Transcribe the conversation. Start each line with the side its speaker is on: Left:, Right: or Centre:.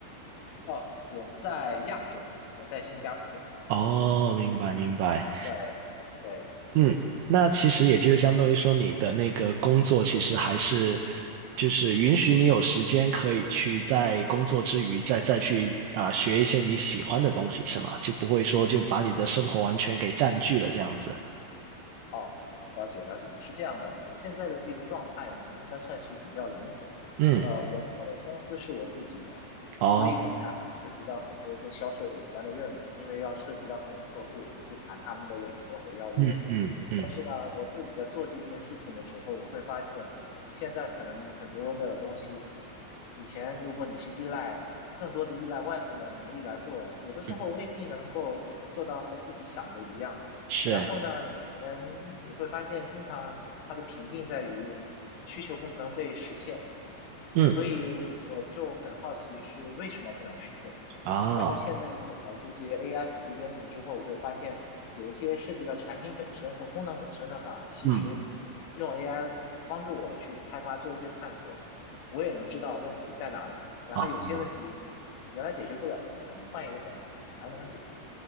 Left: 哦，我在亚洲，我在新加坡。
Right: 哦，明白明白，
Left: 对对，
Right: 嗯，那其实也就是相当于说你的那个工作其实还是就是允许你有时间可以去在工作之余再再去啊、学一些你喜欢的东西是吗？就不会说就把你的生活完全给占据了这样子。
Left: 哦，了解了解，是这样的。我现在的这个状态呢，应该算是比较灵活。
Right: 嗯，
Left: 呃，我的公司是我自己的，
Right: 哦，
Left: 所以我才会涉及到很多跟销售有关的任务，因为要涉及到跟客户去谈他们的委托和邀约。
Right: 嗯嗯嗯
Left: 但是呢，我自己在做这件事情的时候，我会发现，现在可能很多的东西，以前如果你是依赖更多的依赖外部的能力来做，有的时候未必能够做到和自己想的一样。
Right: 嗯，是，
Left: 然后呢，以前你会发现，经常它的瓶颈在于需求不能被实现，
Right: 嗯
Left: 所以我就很好奇是为什么不能实现。
Right: 啊，
Left: 然后现在有了这些 AI 辅助编程之后，我会发现有一些涉及到产品本身和功能本身的话，其实
Right: 嗯。
Left: 用 AI 帮助我去开发做一些探索，我也能知道问题在哪里。然后有些问题原来解决不了的，
Right: 哦
Left: 可能换一个角度反而能解决。